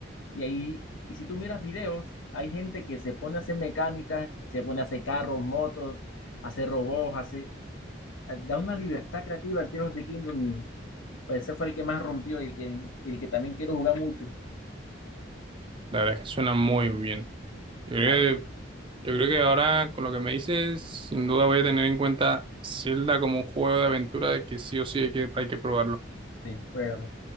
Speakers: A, on the left; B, on the right.
A: y ahí, y si tú miras videos, hay gente que se pone a hacer mecánica, se pone a hacer carros, motos, hacer robots, hace, da una libertad creativa al Tears of the Kingdom y pues ese fue el que más rompió y el que, y el que también quiero jugar mucho,
B: La verdad es que suena muy bien. Eh,
A: la verdad,
B: Yo creo que ahora, con lo que me dices, sin duda voy a tener en cuenta Zelda como un juego de aventura de que sí o sí hay que, hay que probarlo.
A: sí, juégalo.